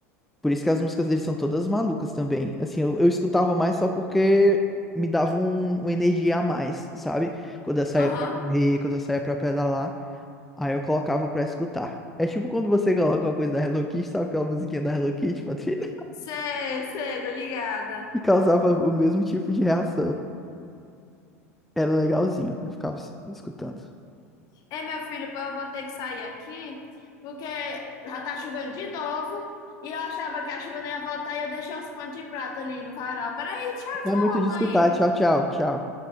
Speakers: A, in the centre; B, on the left.
A: Por isso que as músicas dele são todas malucas também. Assim, eu, eu escutava mais só porque me dava um, uma energia a mais, sabe? Quando eu saía
B: Aham,
A: pra correr, quando eu saía pra pedalar, aí eu colocava pra escutar. É tipo quando você coloca uma coisa da Hello Kitty, sabe aquela musiquinha da Hello Kitty, Patrícia? <laughs>
B: sei, sei, tô ligada.
A: E causava o mesmo tipo de reação. Era legalzinho, eu ficava es- escutando.
B: Ei, meu filho, pô, eu vou ter que sair aqui, porque já tá chovendo de novo. E eu achava que a chuva não ia voltar e eu deixei os panos de prato ali no varal. Peraí, tchau,
A: Não
B: tchau,
A: é muito
B: eu
A: de
B: tô
A: escutar.
B: indo.
A: Tchau, tchau, tchau.